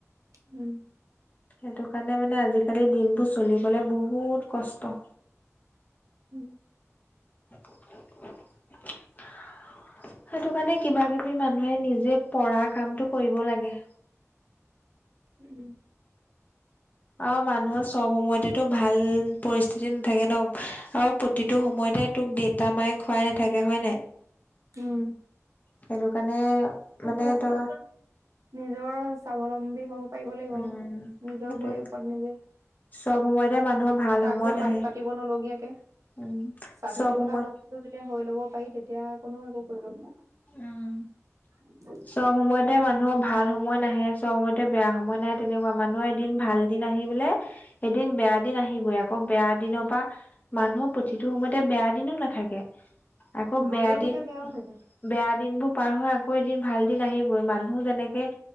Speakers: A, on the right; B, on the left.
A: উম।
B: সেইটো কাৰণে, মানে, আজিকালি দিনবোৰ চলিবলে বহুত কষ্ট।
A: উম।
B: <inaudible> সেইটো কাৰণে, কিবা কিবি মানুহে নিজে পৰা কামতটো কৰিব লাগে।
A: উম।
B: আৰু মানুহৰ চব সময়তেতো ভাল পৰিস্থিতি নাথাকে ন, আৰু প্ৰতিটো সময়তে তোক দেউতা মায়ে খুৱাই নাথাকে হয় নাই।
A: উম।
B: সেইটো কাৰণে
A: সেইটোৱেই,
B: মানে তই
A: নিজৰ স্বাৱলম্বী হব পাৰ লাগিব,
B: উম
A: নিজৰ
B: সেইটোৱে।
A: ভৰিৰ ওপৰত নিজে।
B: চব সময়তে মানুহৰ ভাল
A: কাকো
B: সময় নাহে।
A: হাত পাতিব নলগীয়াকে।
B: উম
A: স্বাধীন
B: চব
A: বোলা
B: সময়
A: বস্তুটো যেতিয়া হৈ ল'ব পাৰি তেতিয়া কোনো একো কৰিব নোৱাৰে
B: উম
A: <inaudible>
B: চব সময়তে মানুহৰ ভাল সময় নাহে চব সময়তে বেয়া সময় নাহে তেনেকুৱা মানুহৰ এদিন ভাল দিন আহি বোলে এদিন বেয়া দিন আহিবই আকৌ বেয়া দিনৰ পৰা মানুহৰ প্ৰতিটো সময়তে বেয়া দিনো নাথাকে আকৌ
A: ভালো
B: বেয়া
A: থাকে
B: দিন
A: বেয়াও থাকে।
B: বেয়া দিন বোৰ পাৰ হৈ আকৌ এদিন ভাল দিন আহিবই মানুহ যেনেকে